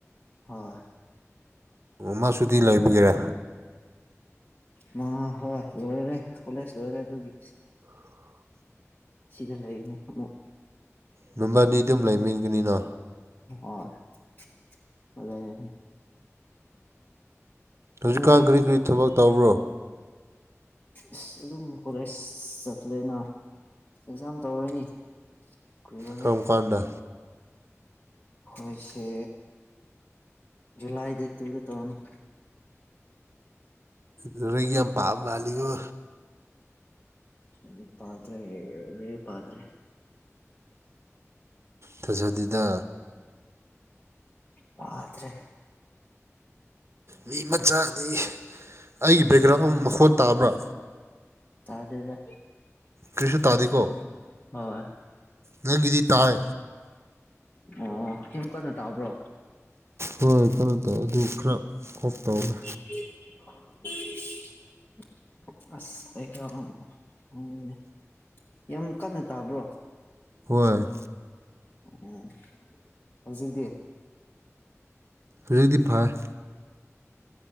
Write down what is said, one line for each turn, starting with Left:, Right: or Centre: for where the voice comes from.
Left: ꯍꯣꯏ
Right: ꯃꯁꯨꯇꯤ ꯂꯩꯕꯒꯤꯔꯥ
Left: ꯃ ꯍꯣꯏ ꯂꯣꯏꯔꯦ ꯀꯣꯂꯦꯖ ꯂꯣꯏꯔꯦ ꯗꯨꯒꯤ
Right: <unintelligible>
Left: ꯁꯤꯗ ꯂꯩꯔꯤꯅꯦ ꯑꯃꯨꯛ
Right: ꯅꯨꯕꯥꯏꯅꯤ ꯑꯗꯨꯝ ꯂꯩꯃꯤꯟꯒꯅꯤꯅꯣ
Left: ꯍꯣꯏ <unintelligible> ꯍꯟꯂꯛꯑꯦ
Right: ꯍꯧꯖꯤꯛꯀꯥꯟ
Left: ꯅꯣꯏꯗꯤ
Right: ꯀꯔꯤ ꯀꯔꯤ ꯊꯕꯛ ꯇꯧꯕ꯭ꯔꯣ
Left: ꯏꯁ ꯑꯗꯨꯝ ꯀꯣꯂꯦꯖ ꯆꯠꯂꯦꯅ ꯑꯦꯛꯖꯥꯝ ꯇꯧꯔꯅꯤ ꯀꯨꯏꯔꯥꯔꯣꯏ
Right: ꯀꯔꯝ ꯀꯥꯟꯗ
Left: ꯍꯣꯏꯁꯦ ꯖꯨꯂꯥꯏꯗ ꯗꯦꯗ ꯇꯨꯗ ꯇꯧꯔꯅꯤ
Right: ꯂꯥꯏꯔꯤꯛ ꯌꯥꯝ ꯄꯥꯕ ꯃꯥꯜꯂꯤꯉꯣ
Left: ꯑꯗꯨ ꯄꯥꯇ꯭ꯔꯦ ꯂꯩꯔꯤꯛ ꯄꯥꯗ꯭ꯔꯦ
Right: ꯊꯥꯖꯗꯦꯗ
Left: ꯄꯥꯇ꯭ꯔꯦ
Right: ꯃꯤ ꯃꯆꯥꯗꯤ ꯑꯩꯒꯤ ꯕꯦꯛꯒ꯭ꯔꯥꯎꯟ ꯃꯈꯣꯟ ꯇꯥꯕ꯭ꯔꯥ
Left: ꯇꯥꯗꯦꯗ
Right: ꯀ꯭ꯔꯤꯁꯨ ꯇꯥꯗꯦꯀꯣ
Left: ꯍꯣꯏ
Right: ꯅꯪꯒꯤꯗꯤ ꯇꯥꯏ
Left: ꯑꯣ ꯁꯦꯝꯨꯝ ꯀꯟꯅ ꯇꯥꯕ꯭ꯔꯣ
Right: ꯍꯣꯏ ꯀꯩꯅꯣ ꯇꯧꯋꯦ ꯑꯗꯨ ꯈꯔ ꯑꯣꯞ ꯇꯧꯅ
Left: ꯎꯝ ꯑꯁ ꯑꯩ ꯈꯔꯅꯦ ꯌꯥꯝ ꯀꯟꯅ ꯇꯥꯕ꯭ꯔꯣ
Right: ꯍꯣꯏ
Left: ꯎꯝ ꯍꯧꯖꯤꯗꯤꯦ
Right: ꯔꯦꯗꯤꯐꯥꯏ